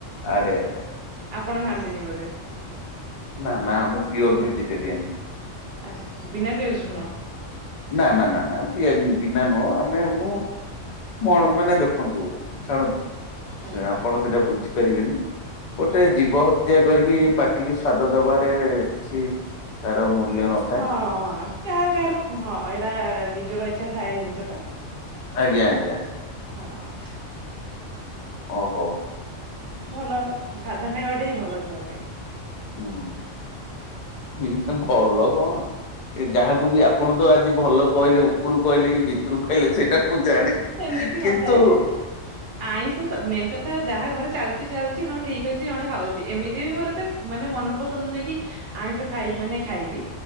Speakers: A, on the left; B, on the right.
A: ଆରେ ଆରେ
B: ଆପଣ ଖାଆନ୍ତିନି ବୋଧେ।
A: ନା ନା ଆମେ ପିଓର ଭେଜିଟେରିଆନ୍।
B: ଆଚ୍ଛା ବିନା ପିଆଜ ରସୁଣ।
A: ନା ନା ନା ନା ପିଆ ବିନା ନୁହଁ ଆମେ ମୁଁ କଣ ମାନେ ଦେଖନ୍ତୁ ଛାଡ଼ନ୍ତୁ।
B: ଆଜ୍ଞା
A: ସେ ଆପଣ ସେଟା ବୁଝିପାରିବେନି ଗୋଟେ
B: ଅ
A: ଜୀବ ହ ହତ୍ୟା କରିକି ପାଟିିକି ସ୍ଵାଦ ଦବାରେ କିଛି ତାର ମୂଲ୍ୟ ନଥାଏ
B: ହଁ ହଁ କାହାର କାହାର ହଁ ଏଇଟା ନିଜର ଇଛା ଥାଏ ଜିନିଷଟା
A: ଆଜ୍ଞା
B: ଏଇଆ
A: ଆଜ୍ଞା
B: ଆଉ। ହଁ।
A: ଓ ହୋଉ।
B: ଭଲ ସାଧା ଖାଇବାଟା ବି ଭଲ ଦେହ ପାଇଁ।
A: ହୁଁ ଏଇଟା ଭଲ କଣ? ଏ ଯାହାକୁ ବି ଆପଣ ତ ଆଜି ଭଲ କହିଲେ ଉପରୁ କହିଲେ କି ଭିତରୁ କହିଲେ ସେଇଟା ମୁଁ ଜାଣିନି।
B: ଏମିତି
A: ହିଁ କିନ୍ତୁ।
B: ନଥାଏ ଆଇଁଷ ମେନ୍ କଥା ଯାହା ଘରେ ଚାଲିଚି ଚାଲିଛି ହଁ ଠିକ୍ ଅଛି ଜଣେ ଖାଉଛି ଏମିତି ବି ମୋର ଏତେ ମାନେ ମନ ପସନ୍ଦ ନୁହଁକି ଆଇଁଷ ଖାଇବି ମାନେ ଖାଇବି।